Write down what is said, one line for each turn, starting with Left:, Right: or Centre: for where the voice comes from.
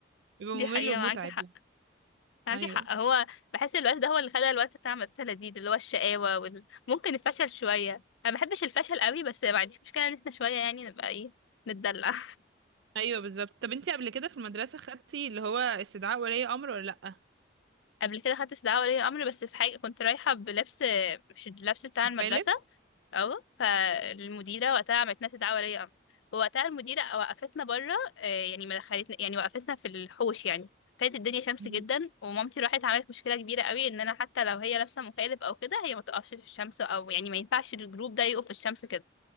Right: بيبقى
Left: دي
Right: ممل
Left: حقيقه
Right: ومتعب
Left: معاكي حق
Right: يعني
Left: معاكي
Right: أيوه
Left: حق هو بحس الوقت ده هو اللي خلى الوقت بتاع المدرسة لذيذ اللي هو الشقاوة وال... ممكن الفشل شوية أنا ما بحبش الفشل قوي بس ما عنديش مشكلة إن احنا شوية يعني نبقى إيه نتدلع
Right: أيوه بالظبط طب انتي قبل كده في المدرسة خدتي اللي هو استدعاء ولي أمر ولا لأ؟
Left: <laughs> قبل كده خدت استدعاء ولي أمر بس في حاجة كنت رايحة بلبس مش اللبس بتاع المدرسة
Right: غالب؟
Left: اه فالمديره وقتها عملت لنا استدعاء ولي امر ووقتها المديره وقفتنا بره آه، يعني ما دخلتنا يعني وقفتنا في الحوش يعني كانت الدنيا شمس
Right: مم.
Left: جدا ومامتي راحت عملت مشكله كبيره قوي ان انا حتى لو هي لابسه مخالب او كده هي ما تقفش في الشمس او يعني ما ينفعش الجروب ده يقف في الشمس كده